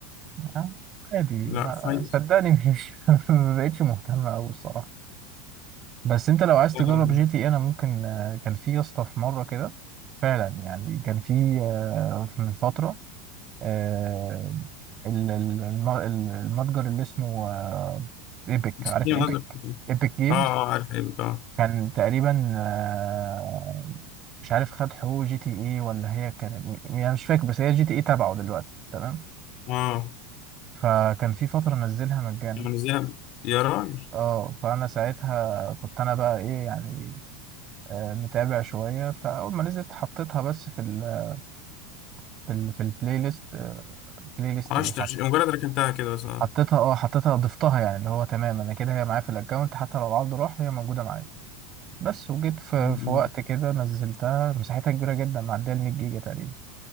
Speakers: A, on the right (about 35°); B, on the left (about 50°).
A: آه، عادي
B: لا
A: ما
B: فايت
A: صدقني مش <laughs> ما بقتش مهتم أوي الصراحة بس أنت لو عايز
B: آه،
A: تجرب جي تي إيه، أنا ممكن آه، كان في يا اسطى في مرة كده فعلا يعني كان في آه، من فترة آه، ال- ال- الم- ال- المتجر اللي اسمه آه، ايبك
B: مسكين
A: عارف ايبك
B: قصدك
A: ايبك جيمز
B: اه اه عارف ايه بقى
A: كان تقريبا آه، مش عارف خد حقوق جي تي اي ولا هي كانت يعني مش فاكر بس هي جي تي اي تبعه دلوقتي تمام
B: اه
A: فكان في فترة نزلها مجانا
B: منزلها يا راجل
A: اه فأنا ساعتها كنت أنا بقى إيه يعني آه، متابع شوية فأول ما نزلت حطيتها بس في ال في ال في البلاي ليست آه، بلاي ليست
B: عشت
A: إيه حط
B: مجرد ركنتها كده بس اه
A: حطيتها اه حطيتها ضفتها يعني اللي هو تمام أنا كده هي معايا في الأكونت حتى لو العرض راح هي موجودة معايا بس وجيت في,
B: م-
A: في
B: م.
A: وقت كده نزلتها مساحتها كبيرة جدا معدية ال 100 جيجا تقريبا